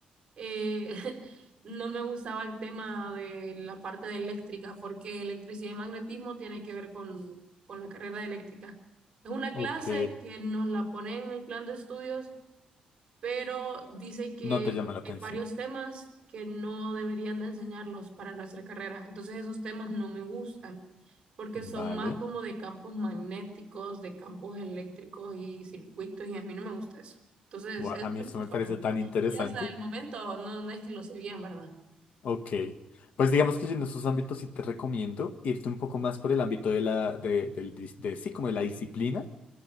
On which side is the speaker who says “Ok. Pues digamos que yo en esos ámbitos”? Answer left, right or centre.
Left